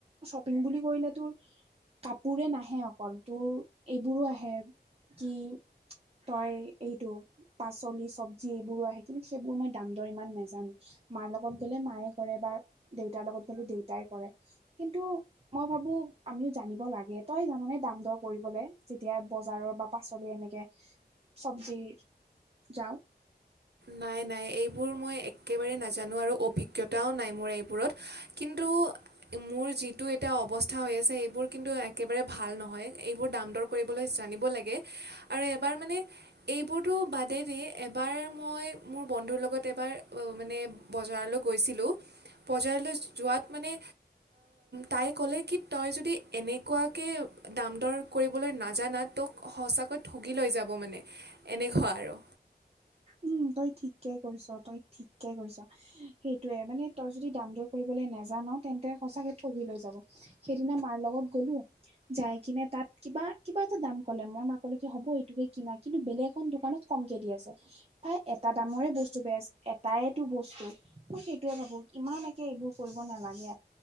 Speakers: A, on the right; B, on the right.
A: শ্বপিং বুলি কৰিলে তোৰ কাপোৰে নাহে অকল তোৰ এইবোৰো আহে কি তই এইটো পাচলি চবজ য এইবোৰো আহে কিন্তু সেইবোৰ মই দাম দৰ ইমান নোজানো মাৰ লগত গ'লে মায়ে কৰে বা দেউতাৰ লগত গ'লে দেউতাই কৰে কিন্তু মই ভাবো আমিও জানিব লাগে তই জানানে দাম দৰ কৰিবলৈ যেতিয়া বজাৰৰ বা পাচলি এনেকে চব্জি যাওঁ
B: নাই নাই এইবোৰ মই একেবাৰে নাজানো আৰু অভিজ্ঞতাও নাই মোৰ এইবোৰত কিন্তু মোৰ যিটো এটা অৱস্থা হৈ আছে এইবোৰ কিন্তু একেবাৰে ভাল নহয় এইবোৰ দাম দৰ লৈ জানিব লাগে আৰু এবাৰ মানে এইবোৰতো বাদেৰে এবাৰ মই মোৰ বন্ধুৰ লগত এবাৰ মানে বজাৰলৈ গৈছিলোঁ বজাৰলৈ যোৱাত মানে তাই ক'লে কি তই যদি এনেকুৱাকে দাম দৰ কৰিবলৈ নাজানা তোক সঁচাকৈ ঠুগি লৈ যাব মানে এনেকুৱা আৰু
A: উম তই ঠিকে কৰিৈছ তই ঠিকে কৰিৈছ সেইটোয়ে মানে তই যদি দাম দৰ কৰিবলৈ নোজান তেন্তে সচাকে ঠগি লৈ যাব সেইদিনা মাৰ লগত গলো যাই কিনে তাত কিবা কিবা এটা দাম ক'লে মই মাক ক'ল কি হ'ব এইটোকে কিনা কিন্তু বেলেগ এখন দোকানত কমকে দি আছে প্ৰায় এটা দামৰে বস্তু বেজ এটাইটো বস্তু মই সেইটোোৱে ভাবো ইমান একে এইবোৰ কৰিব নালাগে